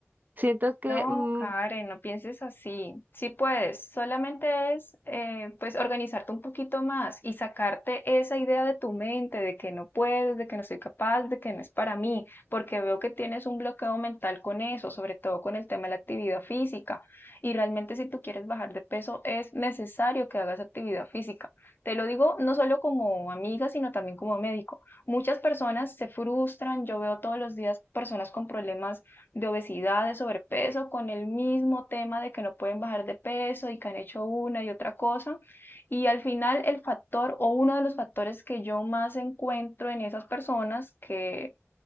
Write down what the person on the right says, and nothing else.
siento que,
mm,